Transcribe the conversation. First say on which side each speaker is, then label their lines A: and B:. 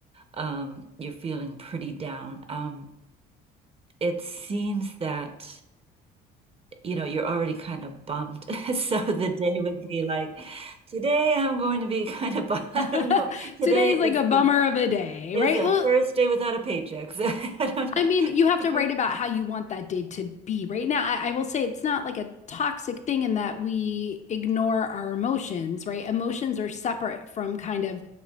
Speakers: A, on the right; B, on the left.
A: um, you're feeling pretty down. Um, it seems that, you know, you're already kind of bummed. <laughs> So the day would be like, today I'm going to be <laughs> kind of bummed. <laughs>
B: <laughs>
A: I don't know. Today
B: Today's
A: is
B: like a bummer
A: is
B: of a day,
A: is
B: right?
A: a
B: Well,
A: first day without a paycheck. <laughs> So I don't
B: I
A: know.
B: mean, you have
A: Could
B: to write
A: you?
B: about how you want that day to be right now. I, I will say it's not like a toxic thing in that we ignore our emotions, right? Emotions are separate from kind of